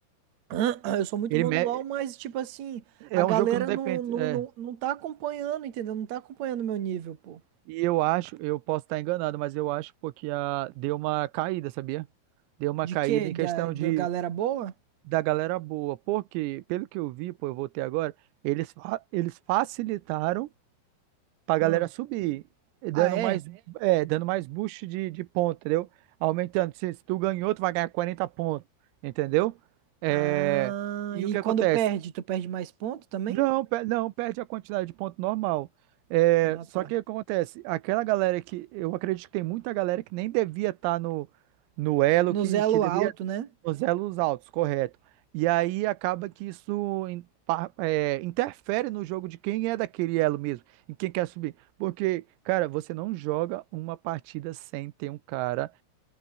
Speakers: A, on the right; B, on the right.
A: <clears throat> eu sou muito
B: Ele
A: bom
B: me-
A: no LoL, mas tipo assim,
B: é
A: a galera
B: um jogo que não depende.
A: não, não,
B: é.
A: não, não tá acompanhando, entendeu? Não tá acompanhando o meu nível, pô.
B: E eu acho, eu posso estar enganado, mas eu acho, pô, que a, deu uma caída, sabia? Deu uma
A: De
B: caída
A: quê?
B: em
A: Da,
B: questão
A: da
B: de
A: galera boa?
B: da galera boa. Porque, pelo que eu vi, pô, eu voltei agora, eles, fa- eles facilitaram pra galera
A: Ah,
B: subir, e dando
A: ah, é?
B: mais, é, dando mais boost de, de ponto, entendeu? Aumentando. Se, se tu ganhou, tu vai ganhar 40 pontos, entendeu? É,
A: Ah,
B: e
A: e
B: o que acontece?
A: quando perde, tu perde mais ponto também?
B: Não, pe- não, perde a quantidade de ponto normal. É,
A: Ah,
B: só
A: tá.
B: que o que acontece? Aquela galera que. Eu acredito que tem muita galera que nem devia estar no, no elo,
A: No
B: que,
A: elo
B: que deveria.
A: alto, né?
B: Nos elos altos, correto. E aí acaba que isso in- pa- é, interfere no jogo de quem é daquele elo mesmo, em quem quer subir. Porque, cara, você não joga uma partida sem ter um cara